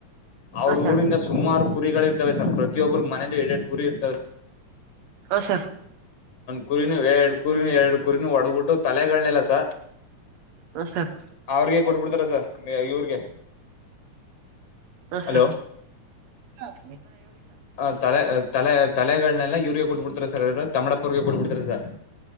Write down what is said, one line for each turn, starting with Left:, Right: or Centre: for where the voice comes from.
Left: ಅವ್ರ
Right: ಹಾ ಸರ್
Left: ಊರಿಂದ ಸುಮಾರು ಕುರಿಗಳುರ್ತವೆ ಸರ್ ಪ್ರತಿಯೊಬ್ರು ಮನೇೂ ಎರಡ್ ಎರಡು ಕುರಿ ಇರ್ತವೆ ಸರ್
Right: ಹ ಸ
Left: ಕುರಿನ ಎರಡು ಕುರಿನ ಎರಡು ಕುರಿನ ಒಡಬಿಟ್ಟು ತಲೆಗಳನೆೆಲ್ಲ ಸ
Right: ಹಾ ಸರ್
Left: ಅವ್ರಿಗೆ
Right: ಹಾ
Left: ಕೊಟ್ಬಿಡ್ತಾರ ಸರ್ ಇವ್ರಿಗೆ
Right: ಹ
Left: ಹಲೋ
Right: ಹಾ ಬ
Left: ಆ ತಲೆ ತಲೆ ತಲೆಗಳನೆೆಲ್ಲ ಯೂರಿಯಾ ಕೊಟ್ಬ ಸರ್ ತಮಿಡಪುರ್ಗೆ ಕೂಡ್ಬಿಡ್ತರ ಸರ್